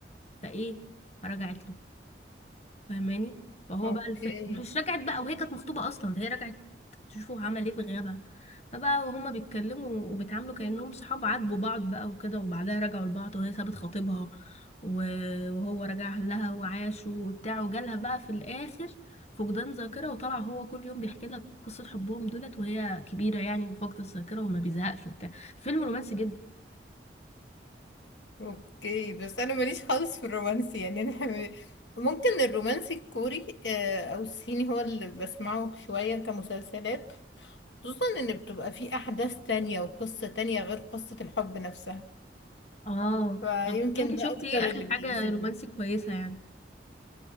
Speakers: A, on the left; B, on the left.
A: فايه فرجعت له فاهماني فهو
B: اوكي
A: بقى الف... مش رجعت بقى وهي كانت مخطوبة اصلا ده هي رجعت تشوفوا عمل ايه في غيابها فبقى وهما بيتكلموا وبيتعاملوا كأنهم صحاب عاتبوا بعض بقى وكده وبعدها رجعوا لبعض وهي سابت خطيبها و- وهو رجع لها وعاشوا وبتاع وجالها بقى في الآخر فقدان ذاكرة وطلع هو كل يوم بيحكي لك قصة حبهم دولت وهي كبيرة يعني وفاقدة الذاكرة وما بيزهقش وبتاع فيلم رومانسي جدا
B: اوكي بس انا ماليش خالص في الرومانسي يعني انا حم- ممكن الرومانسي الكوري آه، او الصيني هو اللي بسمعه شوية كمسلسلات خصوصا ان بتبقى فيه احداث تانية وقصة تانية غير قصة الحب نفسها
A: اه
B: فيمكن
A: طب انت شفتي
B: ده اكتر
A: ايه آخر
B: اللي بيجذبني
A: حاجة رومانسي كويسة يعني